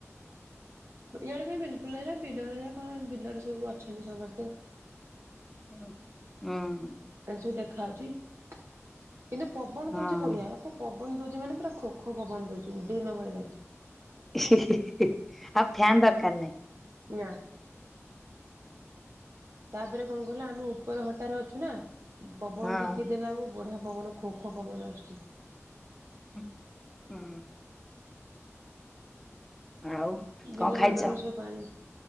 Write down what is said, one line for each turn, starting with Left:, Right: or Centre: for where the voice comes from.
Right: ଇଆଡେ ବି ବିଲକୁଲ ହେଲା ବିଲର କଣ ବିଲରେ ସବୁ ଅଛନ୍ତି ସମସ୍ତେ
Centre: ହୁଁ।
Right: ଏ ନ୍ତି ସବୁ ଦେଖାହେଉଚି କିନ୍ତୁ ପବନ
Centre: ହଁ
Right: ଦଉଚି ବଢିଆ ପ ପବନ ଦଉଚି ମାନେ ପୁରା ଖୋ ଖୋ ପବନ ଦଉଚି ଉଡ଼େଇ ନେବ ଏଇନାକେ।
Centre: ଆଉ ଫ୍ୟାନ ଦରକାର ନାହିଁ।
Right: ନା। ତାପରେ କଁ କହିଲ ଆମେ ଉପର ଘରଟାରେ ଅଛୁ ନା ପବନ
Centre: ହଁ
Right: ଟିକେ ଦେଲାଅଳକୁ ବଢିଆ ପବନ ଖୋ ଖୋ ପବନ ଆସୁଚି।
Centre: ହୁଁ ହଁ। ଆଉ କଣ
Right: ବିଲମାନଙ୍କରେ
Centre: ଖାଇଛ?
Right: ସବୁ ପାଣି